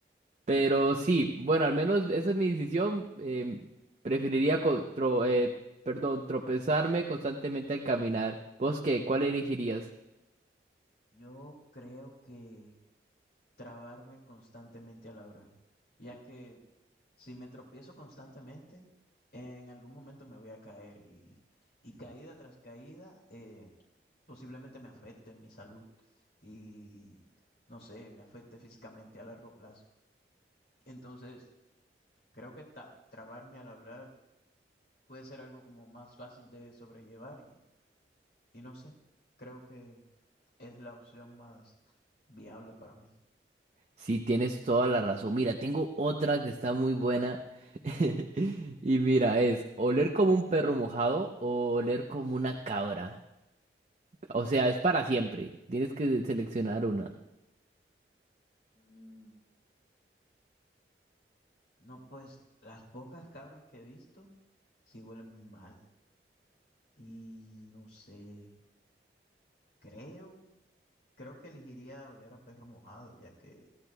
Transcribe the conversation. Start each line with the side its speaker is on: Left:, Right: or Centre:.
Right: Pero sí, bueno, al menos esa es mi decisión. em, preferiría co- tro- eh, perdón, tropezarme constantemente al caminar. ¿Vos qué? ¿Cuál elegirías?
Left: Yo creo que trabarme constantemente al hablar, ya que si me tropiezo constantemente, eh, en algún momento me voy a caer y, y y caída tras caída eh, posiblemente me afecte mi salud y no sé, me afecte físicamente a largo plazo. Entonces, creo que ta- trabarme al hablar puede ser algo como más fácil de sobrellevar y, y no sé, creo que es la opción más viable para mí.
Right: Sí, tienes toda la razón. Mira, tengo otra que está muy buena. <laughs> Y mira, es oler como un perro mojado o oler como una cabra. O sea, es para siempre. Tienes que seleccionar una.
Left: Mm, No, pues las pocas cabras que he visto sí huelen muy mal. Y no sé, creo, creo que elegiría oler a perro mojado, ya que